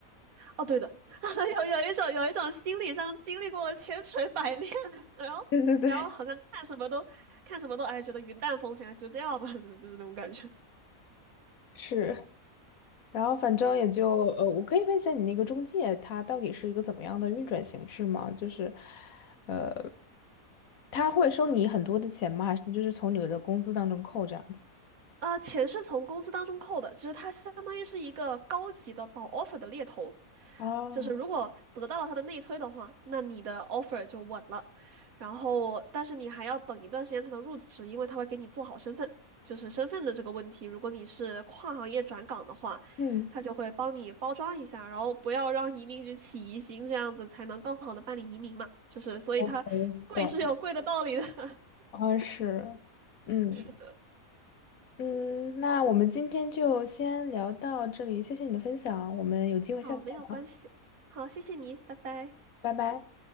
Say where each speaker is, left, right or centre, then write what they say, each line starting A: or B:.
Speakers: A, on the right (about 70°); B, on the left (about 70°).
A: 哦，对的，<laughs> 有有一种有一种心理上经历过了千锤百炼，<laughs> 然后然后好像看什么都看什么都哎觉得云淡风轻，
B: 对对对，
A: 哎就这样吧，<laughs> 就就是那种感觉。
B: 是，然后反正也就，呃，我可以问一下你那个中介，它到底是一个怎么样的运转形式吗？就是，呃，他会收你很多的钱吗？还是就是从你的工资当中扣这样子？
A: 啊、钱是从工资当中扣的，就是它相当于是一个高级的保 offer 的猎头，
B: 啊，
A: 就是如果得到了他的内推的话，那你的 offer 就稳了。然后，但是你还要等一段时间才能入职，因为他会给你做好身份，就是身份的这个问题。如果你是跨行业转岗的话，
B: 嗯。
A: 他就会帮你包装一下，然后不要让移民局起疑心，这样子才能更好的办理移民嘛。就是，所以它贵是有贵的道理的。
B: OK，懂，
A: <laughs>
B: 啊是，嗯
A: 是的，
B: 嗯，那我们今天就先聊到这里，谢谢你的分享，我们有机会下次再聊，
A: 好，没有关系。好，谢谢你，拜拜。
B: 拜拜。